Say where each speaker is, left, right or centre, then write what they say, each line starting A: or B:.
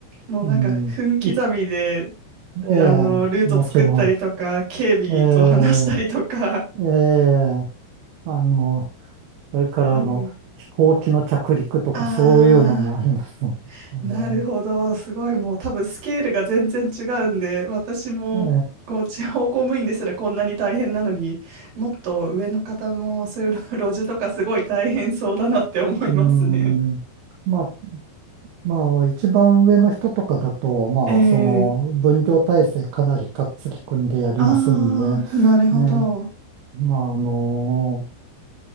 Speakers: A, on the right; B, on the right.
A: もうなんか分刻みで
B: う。うん。い、ええ、
A: あのルート作ったりとか、
B: もちろん。
A: 警備と話したりとか。
B: ええ、ええ、あの、それからあの、
A: <laughs> うん、
B: 飛行機の着陸とかそういうのもありますもんね。
A: ああ。なるほど、すごいもう多分スケールが全然違うんで、私もこう地方公務員ですらこんなに大変なのに、
B: ええ、
A: もっと上の方のそういう路地とかすごい大変そうだなって思いますね。
B: うん。まあ、まあ、一番上の人とかだと、まあ、
A: え
B: その、
A: え
B: 分業体制かなりかっつり組んでやりますんで、
A: ああー、なるほど。
B: ね。まあ、あの、